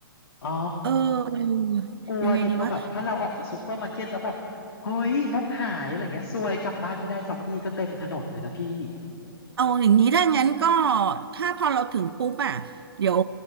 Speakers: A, on the left; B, on the right.
A: อ๋อ
B: เออ
A: กลัวดิกลัวแบบถ้าเราออกจากซูเปอร์มาร์เก็ตแล้วแบบเฮ้ยรถหายอะไรเงี้ยซวยกลับบ้านไม่ได้ซอมบี้ก็เต็มถนนเลยนะพี่
B: ยังไงดีวะ เอาอย่างนี้ถ้างั้นก็ถ้าพอเราถึงปุ๊บอ่ะเดี๋ยว